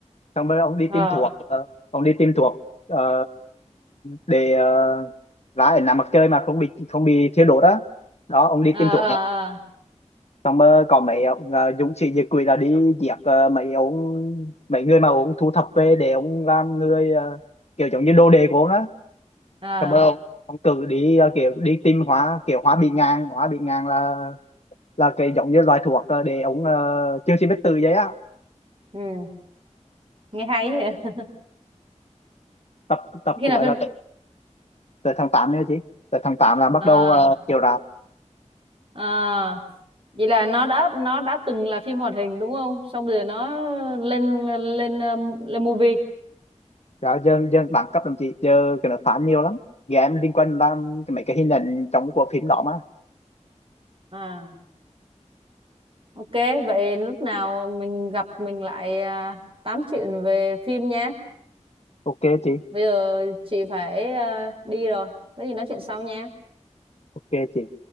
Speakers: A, on the left (about 60°); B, on the right (about 45°).
A: xong rồi ông đi
B: Ờ,
A: tìm thuốc ờ, ông đi tìm thuốc ờ, để uh, ra ở nằm mặt trời mà không bị không bị thiêu đốt á đó ông đi
B: ờ,
A: tìm thuốc
B: ờ,
A: đó
B: ờ.
A: xong rồi có mấy ông uh, dũng sĩ diệt quỷ là đi giết ờ, mấy ông mấy người mà ông thu thập về để ông làm người ờ, kiểu giống như đồ đề của ông á
B: ờ.
A: xong rồi Ờ, ông, ông cử đi ờ, kiểu đi tìm hóa kiểu hóa bị ngang hóa bị ngang là là cái giống như loại thuốc ờ, để ống ờ, chương trình biết từ giấy á
B: Ừ. nghe hay vậy. <laughs>
A: tập tập
B: khi
A: của
B: nào
A: ấy
B: phim
A: là từ, từ tháng 8 nha chị từ tháng 8 là bắt
B: à,
A: đầu Ờ, uh, chiều rạp
B: à, vậy là nó đã nó đã từng là phim hoạt hình đúng không xong rồi nó lên lên um, lên movie
A: rồi dân dân đẳng cấp đồng chí giờ cái nó phán nhiều lắm game liên quan làm cái- mấy cái hình ảnh trong của phim đó mà
B: à ok vậy lúc nào mình gặp mình lại à, tám chuyện về phim nha
A: ok chị
B: bây giờ chị phải à, đi rồi có gì nói chuyện sau nha
A: ok chị